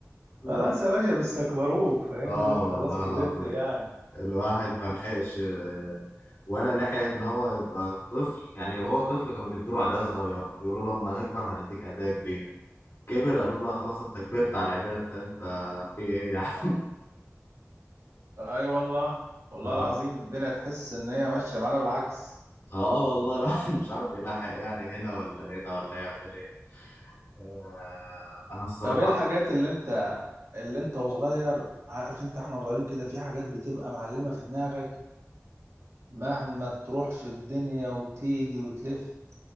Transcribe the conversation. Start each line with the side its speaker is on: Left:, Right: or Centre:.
Left: لا.
Right: خلاص يا باشا بيستكبروك فاهمني
Left: اه
Right: اللي انت
Left: والله
Right: خلاص كبرت
Left: العظيم
Right: يعني
Left: الواحد ما لحقش آه، ولا لحق ان هو يبقى طفل يعني هو طفل كانوا بيدوا له عيدية صغيرة يقولوا له لما نكبر هنديك عيدية كبيرة كبر قالوا له لا خلاص انت كبرت على العيدية انت انت في ايه يعني
Right: اي والله
Left: <laughs>
Right: والله
Left: اه
Right: العظيم الدنيا تحس ان هي ماشيه معانا بالعكس
Left: اه والله الواحد <laughs> مش عارف يلاحق يعني هنا ولا هنا ولا يعمل ايه آه انا الصراحة
Right: طب ايه الحاجات اللي انت اللي انت وصغير عارف انت احنا وصغيرين كده في حاجات بتبقى معلمه في دماغك مهما تروح في الدنيا وتيجي وتلف